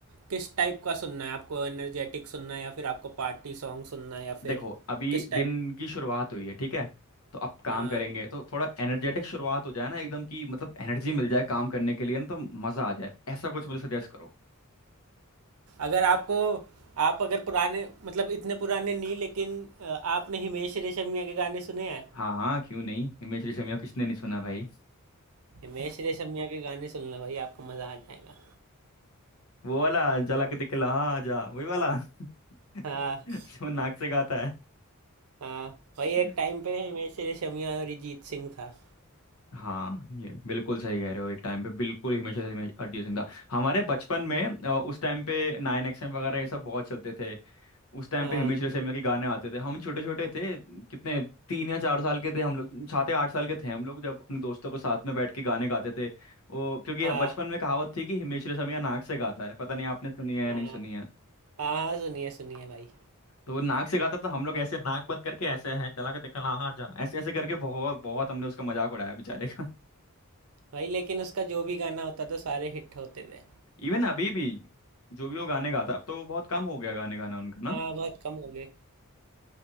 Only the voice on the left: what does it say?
देखो
अभी
दिन की शुरुआत हुई है ठीक है तो अब काम
करेंगे तो थोड़ा एनर्जेटिक शुरुआत हो जाए ना एकदम की मतलब एनर्जी
मिल जाए काम करने के लिए ना तो मजा आ जाए ऐसा कुछ मुझे सजेस्ट करो
हाँ हाँ क्यों नहीं हिमेश रेशमिया को किसने नहीं सुना भाई
वो वाला जला के दिखला जा वही वाला <laughs>
जो नाक से गाता
है
हाँ ये बिल्कुल सही कह रहे हो एक टाइम पे बिल्कुल हमेशा से हमेशा अरिजीत सिंह था हमारे बचपन में अ, उस टाइम पे नाइन एक्सएम वगैरह ये सब बहुत चलते थे उस टाइम
पे हिमेश रेशमिया के गाने आते थे हम छोटे छोटे थे कितने तीन या चार साल के थे हम लोग सात या आठ साल के थे हम लोग जब अपने दोस्तों के साथ में बैठ के गाने गाते थे वो क्योंकि
बचपन में कहावत थी कि हिमेश रेशमिया नाक से गाता है पता नहीं आपने सुनी है या
नहीं सुनी है
तो वो नाक से गाता था तो हम लोग ऐसे नाक बंद करके ऐसे है चला के देखा हाँ हाँ, जा ऐसे ऐसे करके बहुत बहुत हमने उसका मजाक उड़ाया बेचारे
इवन अभी भी जो भी वो गाने गाता अब तो बहुत कम हो गया गाने गाना उनका ना